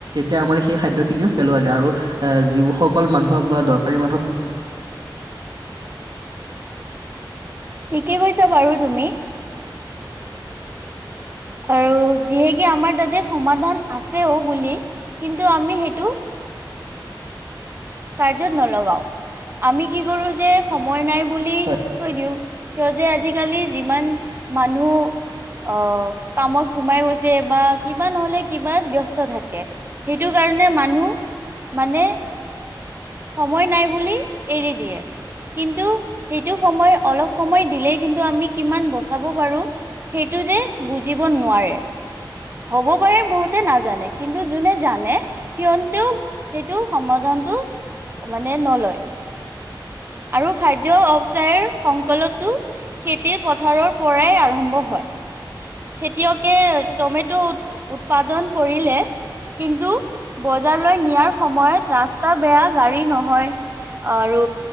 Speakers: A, on the right; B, on the right.
A: তেতিয়া আমাৰ সেই খাদ্য খিনিও পেলোৱা যায়, আৰু আহ যিসকল মানুহক বা দৰকাৰী মানুহক।
B: <inaudible> ঠিকে কৈছা, বাৰু তুমি। <unintelligible> আৰু যিহেকে আমাৰ তাতে সমাধান আছেও বুলি কিন্তু আমি সেইটো কাৰ্যত নলগাও, আমি কি কৰো যে সময় নাই। বুলি
A: হয়
B: থৈ দিওঁ, কিয় যে আজিকালি যিমান মানুহ অ' কামত সোমাই গৈছে বা কিবা নহলে কিবাত ব্যস্ত থাকে। সেইটো কাৰণে মানুহ, মানে সময় নাই বুলি এৰি দিয়ে। কিন্তু সেইটো সময় অলপ সময় দিলেই কিন্তু আমি কিমান বচাব পাৰো। সেইটো যে বুজিব নোৱাৰে। হব পাৰে বহুতে নাজানে। কিন্তু যোনে জানে সিহতেও সেইটো সমাধান টো মানে নলয়। আৰু খাদ্য অৱ চায়ৰ সংকলতো খেতি-পথাৰৰ পৰাই আৰম্ভ হয়। খেতিয়কে টমেট' উৎপাদন কৰিলে। কিন্তু বজাৰলৈ নিয়াৰ সময়ত ৰাস্তা বেয়া গাড়ী নহয়। আৰু